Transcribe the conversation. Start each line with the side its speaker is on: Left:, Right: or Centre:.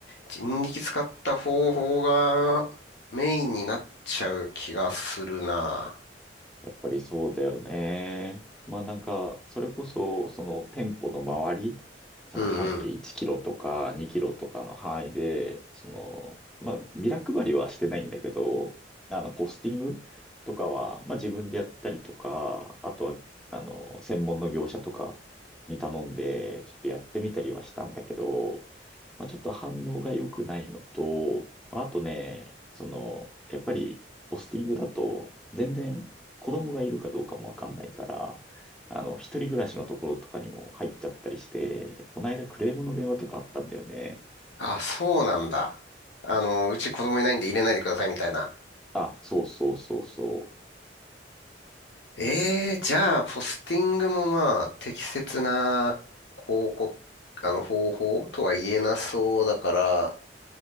Left: 人力使った方法がメインになっちゃう気がするな。
Centre: ぱりそうだよね。まあなんか、それこそ、その店舗の周り、その半径1キロとか2キロとかの範囲で、
Left: うん
Centre: その、まあビラ配りはしてないんだけど、あの、ポスティングとかは、まあ自分でやったりとか、あとは、あの、専門の業者とかに頼んで、ちょっとやってみたりはしたんだけど、まあ、ちょっと反応が良くないのと、まああとね、その、やっぱり、ポスティングだと、全然子供がいるかどうかもわかんないから、あの、一人暮らしのところとかにも入っちゃったりして、この間クレームの電話とかあったんだよね。
Left: あ、そうなんだ。あの、うち子供いないんで入れないでくださいみたいな。
Centre: あ、そうそうそうそう。
Left: ええじゃあ、ポスティングもまあ、適切な広告、あの、方法とは言えなそうだから、